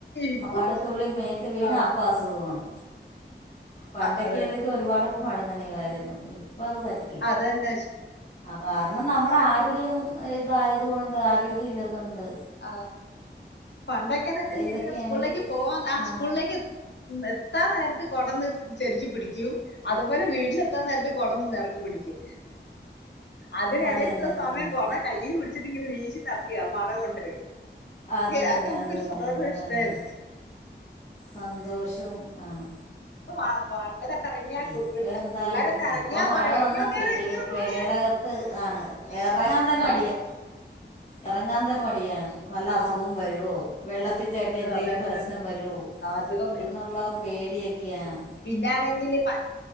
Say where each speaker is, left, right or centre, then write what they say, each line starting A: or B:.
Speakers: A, on the left; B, on the left.
A: ഇപ്പൊ
B: മഴത്തുള്ളി മേത്ത് വീണാ
A: ആ
B: അപ്പസുഖാണ് പണ്ടെക്കെയാര്ന്ന്ങ്കി
A: അ- അ-
B: ഒരുപാട് മഴ നനയുവാര്ന്നു ഇപ്പത് പറ്റ
A: അതന്നെ
B: ആഹ് കാരണം നമ്മടെ ആരോഗ്യം ഇതായത് കൊണ്ട് ആരോഗ്യല്ലാത്തോണ്ട്
A: ആഹ് പണ്ടൊക്കെന്ന് വെച്ചന്തെങ്കില്
B: ഇതൊക്കെയാണെങ്കിൽ
A: സ്കൂളിലേക്ക് പോവാൻ ആഹ്
B: ആ
A: സ്കൂളിലേക്ക് ഉം എത്താൻ നേരത്ത് കൊടൊന്ന് ശെരിക്ക് പിടിക്കും അത് പോലെ വീട്ടില് ത്താൻ നേരത്ത് കൊടൊന്ന് നേർക്ക് പിടിക്കും അതിനെടയിലുള്ള
B: അത് തന്നെ അത്
A: സമയം
B: തന്നെ
A: കൊട കയ്യില് പിടിച്ചിട്ട്ങ്ങനെ വീശി നടക്കാ മഴ കൊണ്ട്
B: അത് തന്നെ
A: അതൊക്കെ നമുക്കൊരു
B: അത് തന്നെ
A: സന്തോഷം
B: അങ്ങനെ
A: ഇഷ്ടമായിരുന്നു
B: തന്നെ സന്തോഷം ആണ്
A: <unintelligible> ഞാൻ
B: ഇപ്പെയെന്താണ്
A: പിള്ളേരെന്ന് ഇറങ്ങിയാ
B: ഇപ്പൊ മഴ
A: പറയാ
B: വന്ന
A: അയ്യോ കേറി
B: പെ
A: വേറെ
B: പെരേടകത്ത്
A: മഴ
B: ആണ് എറങ്ങാൻ തന്നെ
A: ആ
B: മടിയ എറങ്ങാൻ തന്നെ മടിയാണ് വല്ല
A: ആ
B: അസുഖം വരുവോ വെള്ളത്തി ചവ്ട്ടിയാ എന്തെങ്കിലും
A: അതന്നെ
B: പ്രശ്നം വരുവോ
A: അസുഖം
B: എന്ന്ള്ള പേടിയൊക്കെയാണ്
A: പിന്നൊണെങ്കില് പ